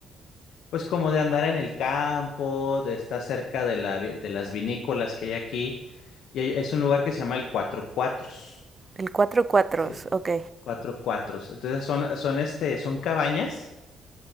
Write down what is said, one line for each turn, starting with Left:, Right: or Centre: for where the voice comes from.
Left: Pues como de andar en el campo, de estar cerca de la, vi- de las vinícolas que hay aquí. Y hay- es un lugar que se llama el Cuatro Cuatros,
Right: El cuatro cuatros,
Left: ¿sí?
Right: ok.
Left: Cuatro Cuatros. Entonces son, son, este, son cabañas.